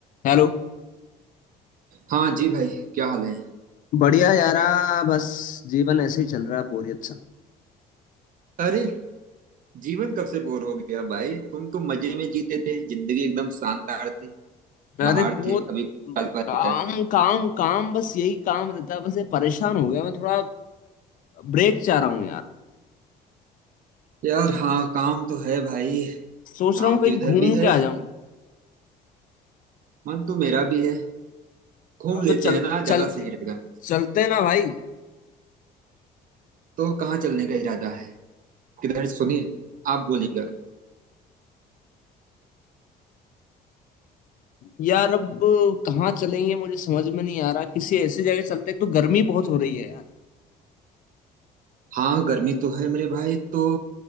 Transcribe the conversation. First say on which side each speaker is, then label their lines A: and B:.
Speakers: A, on the left; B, on the right.
A: Hello
B: हाँ जी भाई क्या हाल है
A: बढ़िया यारा बस जीवन ऐसे ही चल रहा है बोरियत सा
B: अरे जीवन कब से बोर हो गया भाई तुम तो मजे में जीते थे जिंदगी एकदम शानदार थी
A: अरे
B: बाहर
A: वो
B: थे अभी साल पहले
A: काम
B: तक
A: काम काम बस यही काम रहता है बस ये परेशान हो गया मैं थोड़ा ब्रेक चाह रहा हूँ यार
B: यार हाँ काम तो है भाई
A: सोच
B: काम
A: रहा हूँ कहीं
B: तो इधर
A: घूम
B: भी है
A: के आ जाऊं
B: मन तो मेरा भी है घूम लेते
A: तो चल
B: हैं ना ज्यादा
A: चल
B: सही रहेगा
A: चलते हैं ना भाई
B: तो कहाँ चलने का इरादा है किधर सुनिए आप बोलिएगा
A: यार अब कहाँ चलेंगे मुझे समझ में नहीं आ रहा किसी ऐसी जगह चलते हैं, एक तो गर्मी बहुत हो रही है यार
B: हाँ गर्मी तो है मेरे भाई तो